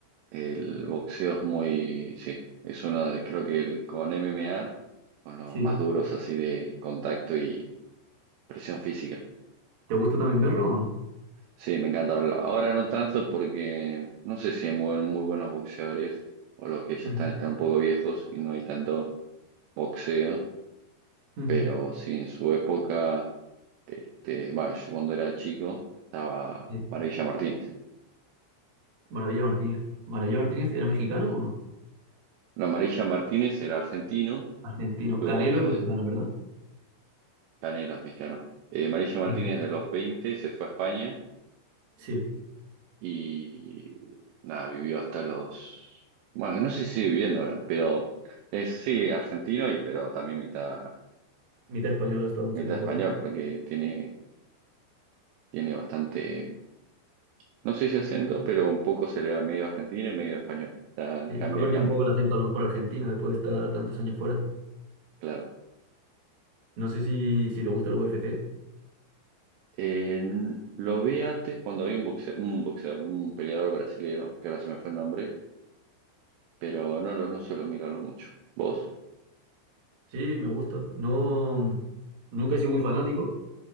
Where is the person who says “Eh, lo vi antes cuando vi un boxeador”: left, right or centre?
Right